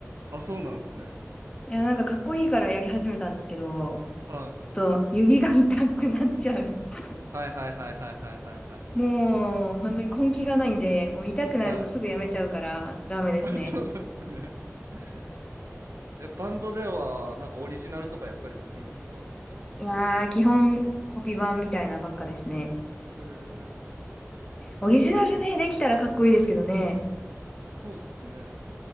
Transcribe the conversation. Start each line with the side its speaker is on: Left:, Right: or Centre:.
Right: あそうなんですね
Left: や、なんかかっこいいからやり始めたんですけど、
Right: は
Left: ちょっと指が痛くなっちゃう。<laughs>
Right: いはいはいはいはいはいはいはいはい
Left: もう、本当に根気がないんで、もう痛くなるとすぐやめちゃうからダメですね。
Right: はいあそうなんですね <laughs> えバンドではなんかオリジナルとかやったりもするんですか
Left: いやー、基本コピー版みたいなばっかですね。
Right: へえ
Left: オリジナルね、できたらかっこいいですけどね。
Right: そうっすね